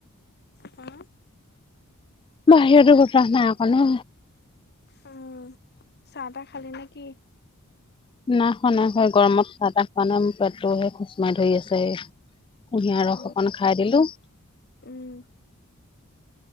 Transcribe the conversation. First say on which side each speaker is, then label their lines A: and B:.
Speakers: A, on the left; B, on the left.
A: হা।
B: বাহিৰতো বতাহ নাই অকনো।
A: অ', চাহ-তাহ খালি নেকি?
B: নাই খোৱা, নাই খোৱা। এই গৰমত চাহ-তাহ খোৱা নাই। মো পেতটোহে খোচ মাই ধৰি আছে। কুঁহিয়াৰ ৰস
A: অ
B: অকন খাই দিলো।
A: উম